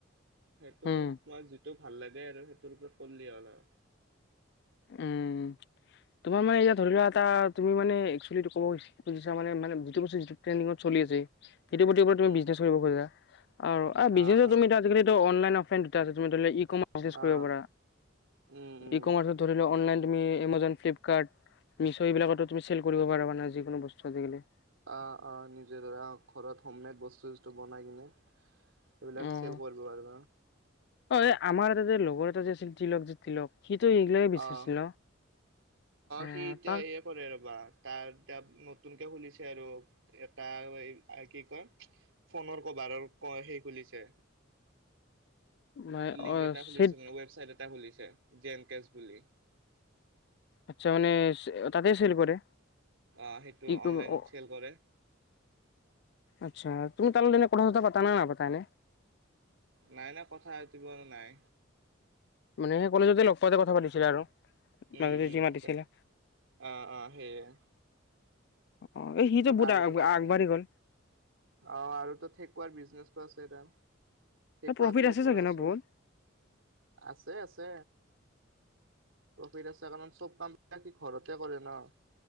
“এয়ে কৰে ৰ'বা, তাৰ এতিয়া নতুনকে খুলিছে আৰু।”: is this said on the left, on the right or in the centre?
Right